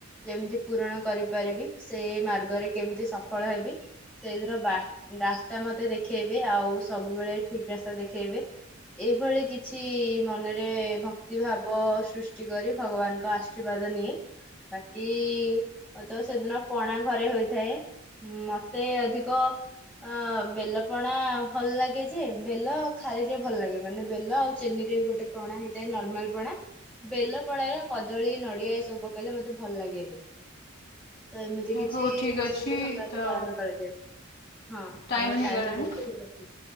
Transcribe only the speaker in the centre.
ଯେମିତି ପୂରଣ କରିପାରିବି ସେ ମାର୍ଗରେ କେମିତି ସଫଳ ହେବି ସେଇଥିର ବା ରାସ୍ତା ମତେ ଦେଖେଇବେ ଆଉ ସବୁବେଳେ ଠିକ୍ ରାସ୍ତା ଦେଖେଇବେ। ଏଇଭଳି କିଛି ମନରେ ଭକ୍ତି ଭାବ ସୃଷ୍ଟି କରି ଭଗବାନଙ୍କ ଆ ଆଶୀର୍ବାଦ ନିଏ ବାକି ତ ସେଦିନ ପଣା ଘରେ ହୋଇଥାଏ। ମତେ ଅଧିକ ଅ ବେଲପଣା ଭଲ ଲାଗେ ଯେ ବେଲ ଖାଇରେ ଭଲ ଲାଗେ ମାନେ ବେଲ ଆଉ ଚେନିରେ ଗୋଟେ ପଣା ହେଇଥାଏ ନର୍ମାଲ ପଣା। ବେଲ ପଣାରେ କଦଳୀ ନଡିଆ ଏସବୁ ପକେଇଲେ ମତେ ଭଲ ଲାଗେନି। ତ ଏମିତି କିଛି
ବିଶୁବ
ସଂକ୍ରାନ୍ତି
ପାଳନ କରାଯାଏ। ହଁ
ଆମର
ଟାଇମ ହେଇଯାଇଛି ମୁଁ ରଖୁଛି।